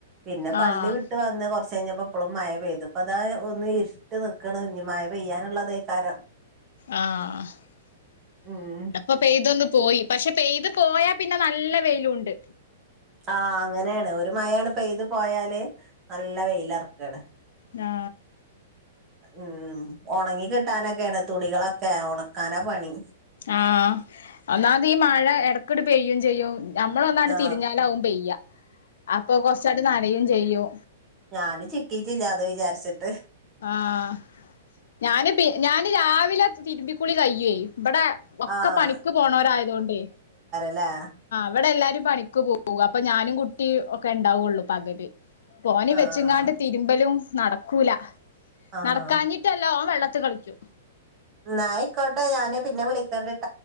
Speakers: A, on the right; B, on the left.
A: പിന്നെ
B: ആഹ്
A: പള്ളി വിട്ട് വന്ന് കുറച്ച് കഴിഞ്ഞപ്പോ എപ്പോഴും മഴ പെയ്തു ഇപ്പ അതാ ഒന്ന്- ഇട്ട് നിക്കണം ഇഞ്ഞി മഴ പെയ്യാനുള്ളതേക്കാരം.
B: ആഹ് ഈട
A: ഉം
B: ഇപ്പോ പെയ്തൊന്ന് പോയി. പക്ഷെ പെയ്തു പോയാ പിന്നെ നല്ല വെയിലുണ്ട്
A: ആ അങ്ങനെയാണ് ഒരു മഴ അങ്ങട് പെയ്ത് പോയാല് നല്ല വെയില ഇറക്കാണ്
B: ഞാ.
A: ഉം ഒണങ്ങി കിട്ടാനൊക്കെയാണ് തുണികളൊക്കെ ഒണക്കാനാ പണി.
B: ആഹ് ഒന്നാമത് ഈ മഴ ഇടക്കെടു പെയ്യും ചെയ്യും. ഞമ്മള് ഒന്ന് അങ്ങട്
A: ആ
B: തിരിഞ്ഞാലാവും പെയ്യ അപ്പോ കൊറച്ചായിട്ട് നനയും ചെയ്യു
A: ഞാൻ ചിറ്റീട്ടില്ലാതോ വിചാരിച്ചിട്ട്
B: ആഹ ഞാന് പി ഞാന് രാവിലെ തിരുമ്പിക്കുളി കയ്യുവോയി. ഇബടെ ഒക്കെ
A: ആഹ്
B: പണിക്ക് പോണവര് ആയതു കൊണ്ടെ
A: ആ
B: ഇവിടെ എല്ലാരും പണിക്ക് പോകുക അപ്പൊ ഞാനും കുട്ടി ഒക്കെ ഉണ്ടാവുള്ളൂ പകല് ഓനെ
A: ആഹ്
B: വെച്ചുംങ്ങാണ്ട് തിരുമ്പലും നടക്കൂല
A: ആഹ്
B: നടക്കാഞ്ഞിട്ടല്ല ഓൻവെള്ളത്തി കളിക്കും
A: എന്നായിക്കോട്ടെ ഞാന് പിന്നെ വിളിക്കണ്ട്